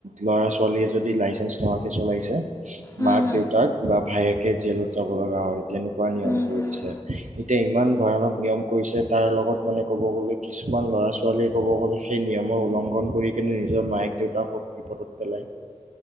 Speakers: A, on the right; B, on the left.
A: ল'ৰা ছোৱালীয়ে যদি লাইচেন্ঞ্চ নোহোৱাকৈ চলাইছে,
B: উম
A: মাক
B: উম
A: দেউতাক বা- ভায়েকে জেলত যাব লগা হয়, তেনেকুৱা নিয়ম
B: উম
A: কৰি
B: উম।
A: দিছে। এতিয়া ইমান ভয়ানক নিয়ম কৰিছে। তাৰ লগত মানে ক'ব গ'লে কিছুমান ল'ৰা ছোৱালীয়ে ক'ব গ'লে- সেই নিয়মৰ উলংঘন কৰি কিনে নিজৰ মায়েক দেউতাকক বিপদত পেলায়।